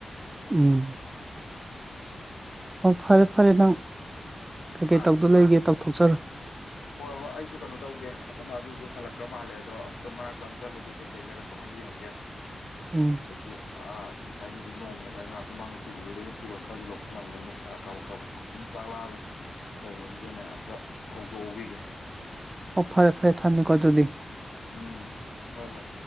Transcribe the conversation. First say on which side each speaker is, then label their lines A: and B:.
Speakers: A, on the right; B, on the left.
A: ꯎꯝ ꯑꯣ ꯐꯔꯦ ꯐꯔꯦ ꯅꯪ꯫ ꯀꯩꯀꯩ
B: ꯍꯥꯥ
A: ꯇꯧꯗꯨ ꯂꯩꯒꯦ ꯇꯧꯊꯣꯛꯆꯔꫭ꯫
B: ꯍꯣꯏ ꯍꯣꯏ ꯑꯩꯁꯨ ꯀꯩꯅꯣ ꯇꯧꯒꯦ ꯑꯈꯣꯏ ꯃꯥꯁꯨ ꯍꯧꯖꯤꯛ ꯍꯜꯂꯛꯈ꯭ꯔ ꯃꯥꯜꯂꯦ ꯑꯗꯣ ꯑꯝꯇ ꯃꯅꯥꯛꯇ ꯑꯃꯇ ꯆꯠꯂꯨꯒꯦ ꯀꯩꯀꯩ ꯂꯩꯔꯛꯄꯅꯣ ꯌꯦꯡꯉꯨꯒꯦ꯫ <unintelligible>
A: ꯎꯝ
B: ꯑꯗꯒꯤ ꯑꯥ ꯉꯁꯥꯏ ꯍꯧꯖꯤꯛ ꯅꯣꯡ ꯉꯁꯥꯏ ꯉꯥꯏꯍꯥꯛꯀꯤ ꯃꯥꯡꯗ ꯆꯨꯈꯤꯕꯩꯗꫭ ꯑꯩꯅ ꯐꯤꯔꯣꯜ ꯈꯔꯁꯨ ꯂꯧꯁꯤꯜꯂꯝꯃꯅꯦ ꯅꯨꯡꯁꯥ ꯀꯥꯕꯛ ꯀꯥ ꯁꯨꯝ ꯇꯥꯛꯂꯛꯑꯒ ꯇꯧꯕꯁꯤ꯫ ꯖꯅꯦ꯫ ꯇ ꯐꯧ꯫ ꯍꯧꯒꯤꯒꯦ꯫
A: ꯑꯣ ꯐꯔꯦ ꯐꯔꯦ ꯊꯝꯃꯦꯀꯣ ꯑꯗꯨꯗꯤ꯫
B: ꯎꯝ ꯍꯣꯏ ꯍꯣꯏ꯫